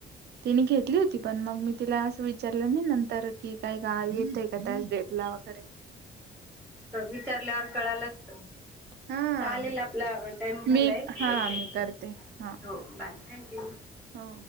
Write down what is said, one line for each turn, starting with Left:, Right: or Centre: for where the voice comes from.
Right: तिने घेतली होती पण मग मी तिला असं विचारलं नाही नंतर कि काय येतय का त्या डेट ला वगैरे
Centre: त विचार कळाला असतं मग
Right: हा
Centre: चालेल आपला टाइम झालाय
Right: मी
Centre: शेवटे
Right: हा मी करते हा
Centre: हो बाय. थँक्यू.
Right: हो.